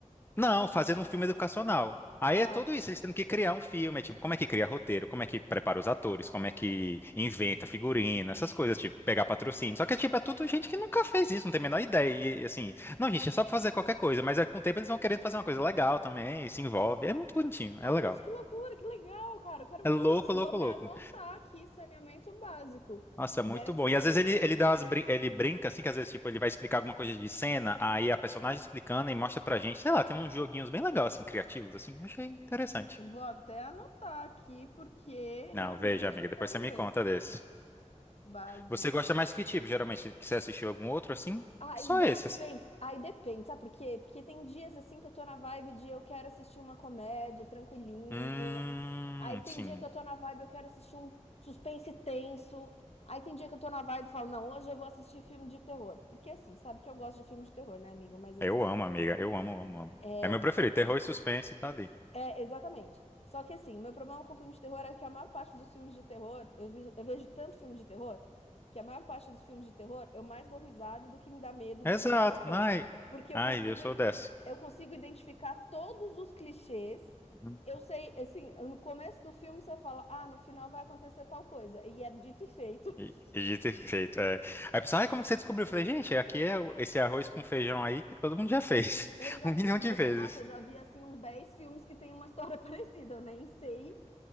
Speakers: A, on the left (about 20°); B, on the left (about 55°).
A: não, fazendo um filme educacional. Aí
B: Ah.
A: é tudo isso, eles tendo que criar um filme, é tipo, como é que cria roteiro, como é que prepara os atores, como é que inventa figurino, essas coisas, tipo, pegar patrocínio. Só que, tipo, é tudo gente que nunca fez isso, não tem a menor ideia. E, assim, não, gente, é só pra fazer qualquer coisa, mas aí, com o tempo eles vão querendo fazer uma coisa legal também, e se envolve. É muito bonitinho, é
B: Ah,
A: legal.
B: gente, que loucura, que legal, cara. Eu quero
A: É
B: ver
A: louco,
B: isso.
A: louco,
B: Vou até
A: louco.
B: anotar aqui saneamento básico.
A: Nossa,
B: Deve
A: é muito bom.
B: ser
A: E às
B: muito
A: vezes ele, ele dá
B: bom.
A: umas brin- ele brinca, assim, que às vezes, tipo, ele vai explicar alguma coisa de cena, aí a personagem explicando e mostra pra gente, sei lá, tem uns joguinhos bem legais, assim, criativos, assim. Achei interessante.
B: Vou até anotar aqui porque
A: Não,
B: realmente
A: veja, amiga,
B: eu
A: depois
B: quero
A: você me
B: ver.
A: conta desse.
B: Básico.
A: Você gosta mais que tipo, geralmente? Que você assistiu algum outro assim?
B: Aí
A: Só
B: depende,
A: esse, assim.
B: aí depende, sabe por quê? Porque tem dias assim que eu tô na vibe de eu quero assistir uma comédia tranquilinha.
A: Hum,
B: Aí tem
A: sim.
B: dia que eu tô na vibe eu quero assistir um suspense tenso. Aí tem dia que eu tô na vibe e falo, não, hoje eu vou assistir filme de terror. Porque assim, sabe que eu gosto de filme de terror, né, amigo? Mas assim,
A: Eu amo, amiga. Eu amo, amo, amo.
B: É,
A: É meu
B: Mas
A: preferido.
B: eu-
A: Terror e suspense tá ali.
B: é, exatamente. Só que assim, o meu problema com filmes de terror é que a maior parte dos filmes de terror, eu, vi- eu vejo tanto filme de terror, que a maior parte dos filmes de terror eu mais dou risada do que me dá medo
A: Exato.
B: de qualquer outra coisa.
A: Ai,
B: Porque eu
A: ai,
B: consigo,
A: eu sou
B: i-
A: dessa.
B: eu consigo identificar todos os clichês.
A: Uhum.
B: Eu sei, assim, no começo do filme você fala, ah, no final vai acontecer tal coisa. E é dito e feito.
A: E,
B: <laughs>
A: e dito e feito. É. Aí a pessoa, ai, como que você descobriu? Eu falei, gente, aqui é o- esse arroz com feijão aí que todo mundo já fez.
B: Exatamente.
A: <laughs> Um milhão de
B: Você,
A: vezes.
B: nossa, eu já vi assim uns 10 filmes que tem uma história <laughs> parecida, eu nem sei.